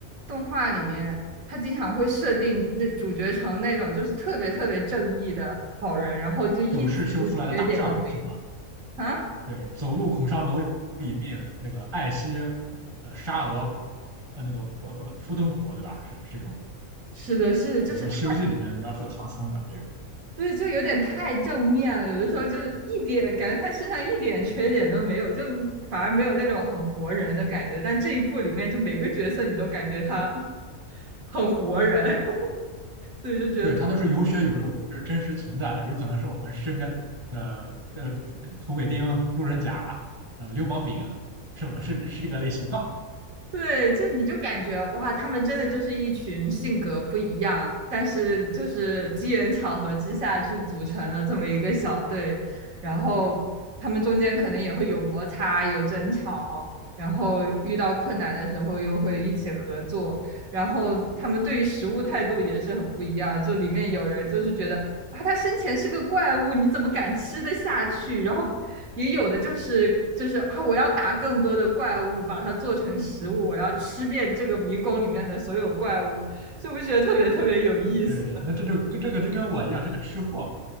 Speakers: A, on the right; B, on the right.
A: 动画里面，他经常会设定那主角成那种就是特别特别正义的好人，然后就一丝缺点都没有
B: 有事修出来的大善人是吗？
A: 啊。
B: 对，走路恐伤蝼蚁命，那个爱惜呃呃沙俄呃那个呃呃扑灯火对吧？是是这种，
A: 是的，是的，就是太，
B: 比如说《西游记》里面描述唐僧的这种，
A: 对，就有点太正面了，有的时候就是一点感觉他身上一点缺点都没有，就反而没有那种很活人的感觉。但这一部里面，就每个角色你都感觉他很活人，<laughs> 所以就觉得特。
B: 对，他都是有血有肉，是真实存在的，有可能是我们身边的呃土匪丁、路人甲、呃流氓丙，是吧？是是这个类型。<laughs>
A: 对，就你就感觉哇，他们真的就是一群性格不一样，但是就是机缘巧合之下去组成了这么一个小队，然后他们中间可能也会有摩擦、有争吵，然后遇到困难的时候又会一起合作，然后他们对于食物态度也是很不一样，就里面有人就是觉得啊，他生前是个怪物，你怎么敢吃得下去？然后也有的就是就是啊，我要打更多的怪物，把它做成食物，我要吃遍这个迷宫里面的所有怪物，所不我觉得特别特别有意思。
B: 对，
A: <laughs>
B: 那这就跟这个就跟我一样是个吃货